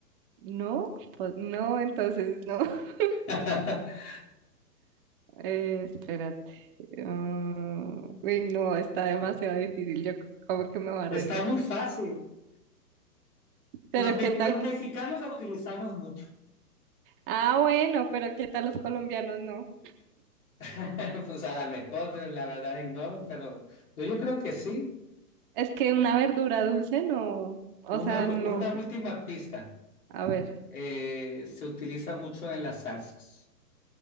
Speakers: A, on the right; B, on the left.
A: No, pues no, entonces no. <laughs>
B: <laughs>
A: Eh, espérate. Ah, uy, no, está demasiado difícil. Yo como que me va a
B: Está
A: rendir.
B: muy fácil.
A: Pero
B: Los, me-
A: ¿qué tal?
B: los mexicanos la utilizamos mucho.
A: Ah, bueno, pero ¿qué tal los colombianos? No.
B: <laughs> Pues a lo mejor, la verdad ignoro, pero pero yo creo que sí.
A: Es que una verdura dulce no, o
B: Una,
A: sea,
B: u-
A: no.
B: una última pista.
A: A ver,
B: Eh, se utiliza mucho en las salsas.